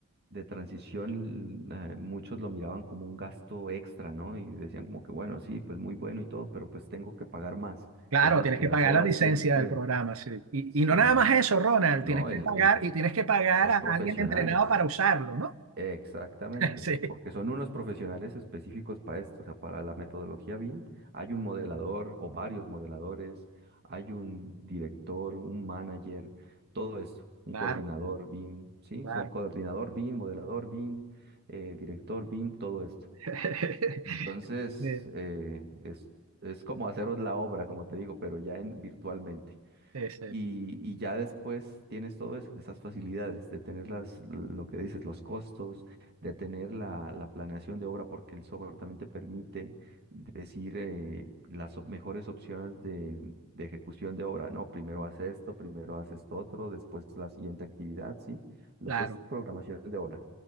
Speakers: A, on the right; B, on the right.
A: de transición, eh, muchos lo miraban como un gasto extra, ¿no? Y decían como que, bueno, sí, pues muy bueno y todo, pero pues tengo que pagar más.
B: Claro,
A: Ya sabes
B: tienes
A: que
B: que
A: en las
B: pagar
A: obras
B: la licencia
A: siempre,
B: del programa, sí. Y,
A: sí,
B: y no nada más eso, Ronald,
A: ¿no?
B: tienes que
A: El,
B: pagar
A: el,
B: y tienes que pagar
A: los
B: a
A: profesionales.
B: alguien entrenado para usarlo, ¿no?
A: Exactamente,
B: <laughs> Sí,
A: porque son unos profesionales específicos para esto, o sea, para la metodología BIM hay un modelador o varios modeladores, hay un director, un manager, todo esto, un
B: claro,
A: coordinador BIM, ¿sí?
B: claro.
A: Son coordinador BIM, modelador BIM, eh, director BIM, todo esto.
B: <laughs>
A: Entonces,
B: Eh,
A: eh, es, es como haceros la obra, como te digo, pero ya en virtualmente.
B: ese,
A: Y, y ya después tienes todo eso, esas facilidades de tener las, lo que dices, los costos, de tener la, la planeación de obra, porque el software también te permite decir eh, las op- mejores opciones de, de ejecución de obra. No, primero haz esto, primero haz esto otro, después la siguiente actividad, ¿sí? Lo
B: claro,
A: que es programación de obra,